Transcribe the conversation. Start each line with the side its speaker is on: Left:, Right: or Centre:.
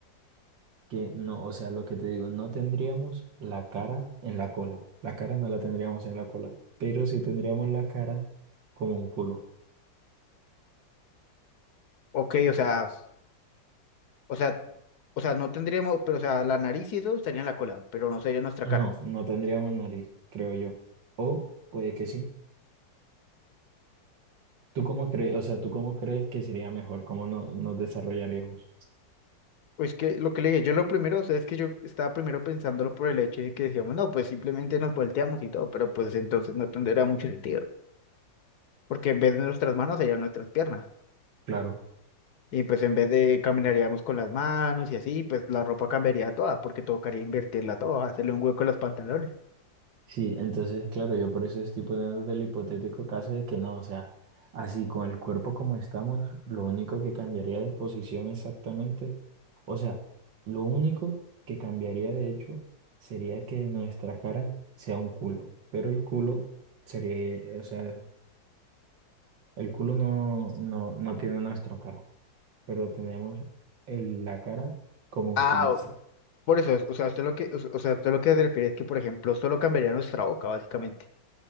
Right: que no, o sea, lo que te digo, no tendríamos la cara en la cola. La cara no la tendríamos en la cola, pero sí tendríamos la cara como un culo.
Left: ok, o sea, o sea, o sea, no tendríamos, pero o sea, la nariz y eso estaría en la cola, pero no sería nuestra
Right: No,
Left: cara.
Right: no tendríamos nariz, creo yo. O puede que sí. ¿Tú cómo crees, o sea, tú cómo crees que sería mejor? ¿Cómo no, nos desarrollaríamos?
Left: Pues que lo que le dije, yo lo primero, o sea, es que yo estaba primero pensándolo por el hecho de que decíamos, no, pues simplemente nos volteamos y todo, pero pues entonces no tendría mucho sentido, porque en vez de nuestras manos serían nuestras piernas.
Right: Claro.
Left: Y pues en vez de caminaríamos con las manos y así, pues la ropa cambiaría toda, porque tocaría invertirla toda, hacerle un hueco a los pantalones.
Right: Sí, entonces, claro, yo por eso estoy poniendo del hipotético caso de que no, o sea, así con el cuerpo como estamos, lo único que cambiaría de posición exactamente, o sea, lo único que cambiaría de hecho sería que nuestra cara sea un culo, pero el culo sería, o sea, el culo no, no, no tiene nuestra cara, pero tenemos el- la cara como un
Left: Ah,
Right: culo.
Left: Por eso, o sea, usted lo que, o sea, usted lo que se refiere es que, por ejemplo, solo cambiaría nuestra boca, básicamente,